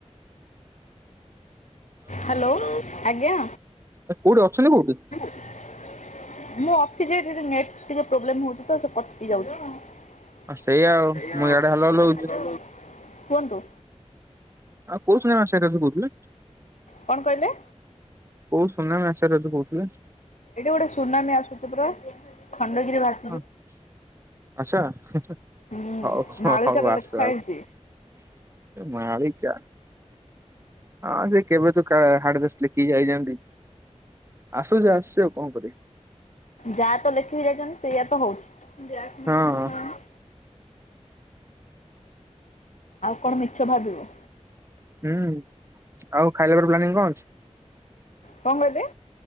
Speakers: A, on the left; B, on the right.
A: ହ୍ୟାଲୋ ଆଜ୍ଞା।
B: କୋଉଠି ଅଛନ୍ତି କୋଉଠି?
A: ମୁଁ ଅଛି ଯେ ନଟ ଟିକେ ପ୍ରୋବ୍ଲେ ହଉଛି ତ ସେ କଟି ଯାଉଛି।
B: ଆ ସେଇଆ ଆଉ ମୁଁ ଇଆଡେ ହ୍ୟାଲୋ ହ୍ୟାଲୋ ହଉଛି
A: ଉ କୁହନ୍ତୁ।
B: ଆଉ କଉ ନେ ଆସ କରହୁଥିଲେ <inaudible>
A: କଣ କହିଲେ?
B: କୋଉ ସୁୁନାମ ଆଚୁ କହୁଥିଲେ?
A: ଏଇଟି ଗୋଟେ ସୁନାମୀ ଆସୁଛି ପୁରା ଖଣ୍ଡଗିରି ଭାଷା
B: ହ ଆଛା ହଉ
A: ହୁଁ।
B: ହଉ
A: ମାଳିକାରେ
B: ହଉ
A: ଲେଖା
B: ଆସ
A: ହେଇଛି।
B: ଆସ। ମାଳିକା। ହଁ ସେ କେବେଠୁ <unintelligible> କି ଯାଇଛନ୍ତି ଆସୁଛି ଆସୁଛି ଆଉ କଣ କରିବି।
A: ଯାହା ତ ଲେଖିକି ଯାଇଛନ୍ତି ସେଇୟା ତ ହଉଛି।
B: ହଁ
A: ଆଉ କଣ ମିଛ ଭାବିବ।
B: ହୁଁ ଆଉ ଖାଇଲା ପରେ ପ୍ଲାନିଂ? କଣ ଅଛି?
A: କଣ କହିଲେ?